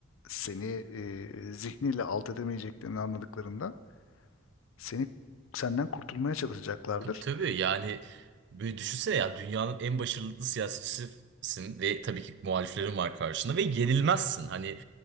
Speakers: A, on the left; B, on the right.
A: seni e, zihniyle alt edemeyeceklerini anladıklarında seni senden kurtulmaya çalışacaklardır.
B: Tabii tabii yani böyle düşünsene ya dünyanın en başarılı siyasetçisisin ve tabii ki muhaliflerin var karşında ve yenilmezsin. Hani